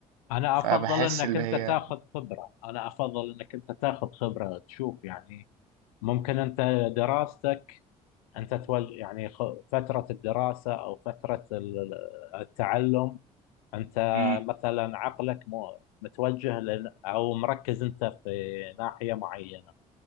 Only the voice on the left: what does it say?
انا
افضل انك
انت
تاخذ خبره انا افضل انك انت تاخذ خبره تشوف يعني ممكن انت دراستك انت توجه يعني خ- فتره الدراسه او فتره ال- التعلم انت
مثلا عقلك مو متوجه لن او مركز انت في ناحية معينة